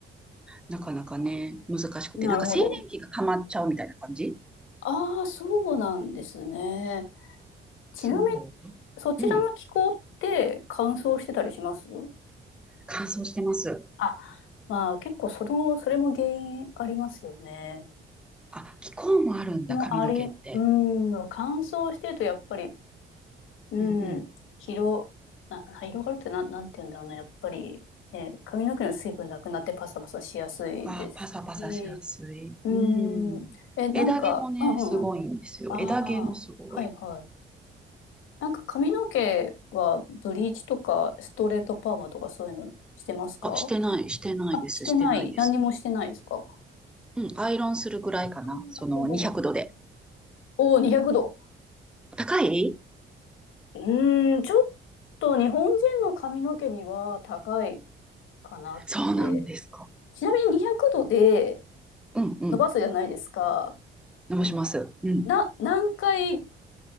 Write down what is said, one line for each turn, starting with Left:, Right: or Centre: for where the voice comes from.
Centre: なかなかね、難しくて、
Left: い。なるほど。
Centre: なんか静電気が溜まっちゃうみたいな感じ
Left: ああ、そうなんですね。ちなみに、
Centre: そ
Left: そちらの気候って乾燥してたりします
Centre: う。うん。乾燥してます。
Left: あ、まあ結構それも、それも原因ありますよね。
Centre: あ、気候もあるんだ、
Left: もうあり、
Centre: 髪の毛って。
Left: うん、乾燥してるとやっぱりうん。
Centre: うんうん。
Left: 広、な、広がるってなん、なんて言うんだろうな。やっぱり、えー髪の毛の水分なくなってパサパサしやすいですし。
Centre: ああ、パサパサしやすい。
Left: う
Centre: うん。
Left: ん。え、なんか、
Centre: 枝毛もね、
Left: うんうんうん。
Centre: すごいんですよ。
Left: ああ、
Centre: 枝毛もすごい。
Left: はいはい。なんか髪の毛はブリーチとかストレートパーマとかそういうのしてますか
Centre: あ、してない、してないです、
Left: あ、してない。
Centre: してないです。
Left: 何にもしてないですか
Centre: うん、アイロンするぐらいかな。
Left: あーなるほど。
Centre: その200度で。
Left: おお、200度。
Centre: 高い
Left: うーん、ちょっと日本人の髪の毛には高いかなって。
Centre: そうなんですか。
Left: ちなみに200度で
Centre: うんうん。
Left: 伸ばすじゃないですか。
Centre: 伸ばします。うん。
Left: な、何回